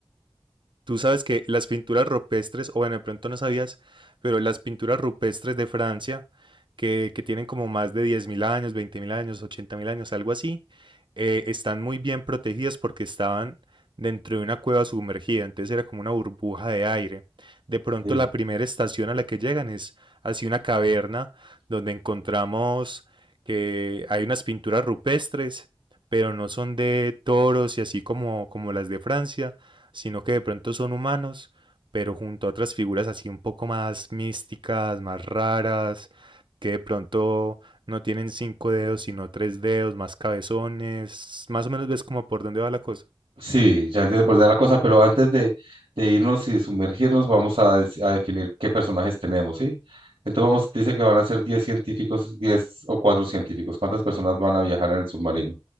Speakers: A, on the right (about 60°); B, on the right (about 85°).
A: Tú sabes que las pinturas rupestres, o bueno, de pronto no sabías, pero las pinturas rupestres de Francia, que, que tienen como más de 10.000 años, 20.000 años, 80.000 años, algo así, eh, están muy bien protegidas porque estaban dentro de una cueva sumergida, entonces era como una burbuja de aire. De pronto
B: Sí.
A: la primera estación a la que llegan es así una caverna donde encontramos que hay unas pinturas rupestres, pero no son de toros y así como, como las de Francia, sino que de pronto son humanos, pero junto a otras figuras así un poco más místicas, más raras, que de pronto no tienen cinco dedos, sino tres dedos, más cabezones. Más o menos ves como por dónde va la cosa.
B: Sí, ya entiendo por dónde va la cosa, pero antes de, de irnos y sumergirnos, vamos a, des- a definir qué personajes tenemos, ¿sí? Entonces vamos, dice que van a ser 10 científicos, 10 o 4 científicos. ¿Cuántas personas van a viajar en el submarino?